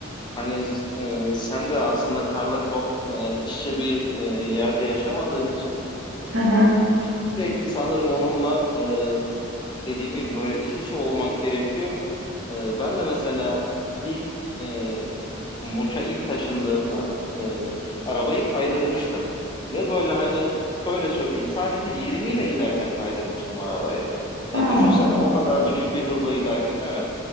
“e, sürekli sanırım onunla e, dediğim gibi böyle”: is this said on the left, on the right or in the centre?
Left